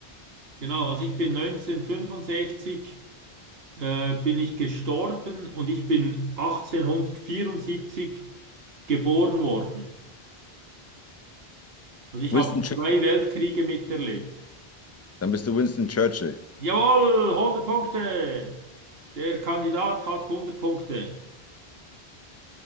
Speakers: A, on the right (about 70°); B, on the left (about 20°).
A: Genau, also ich bin 1965 äh, bin ich gestorben und ich bin 1874 geboren worden. Also ich
B: Winston
A: habe
B: Churchill.
A: zwei Weltkriege miterlebt.
B: Dann bist du Winston Churchill.
A: Jawohl, 100 Punkte. Der Kandidat hat 100 Punkte.